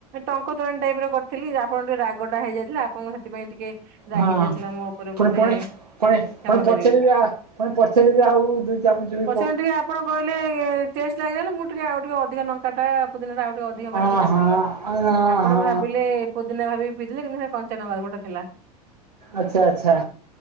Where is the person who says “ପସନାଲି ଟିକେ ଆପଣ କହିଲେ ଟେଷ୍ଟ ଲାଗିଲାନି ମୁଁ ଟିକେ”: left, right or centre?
Right